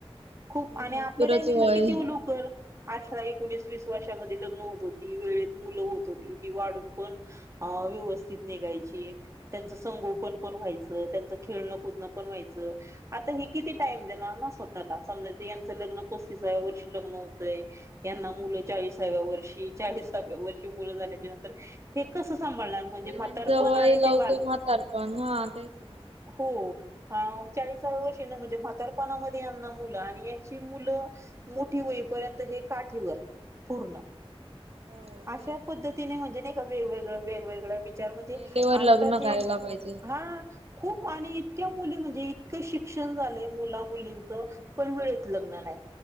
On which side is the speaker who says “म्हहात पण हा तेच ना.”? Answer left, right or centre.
Right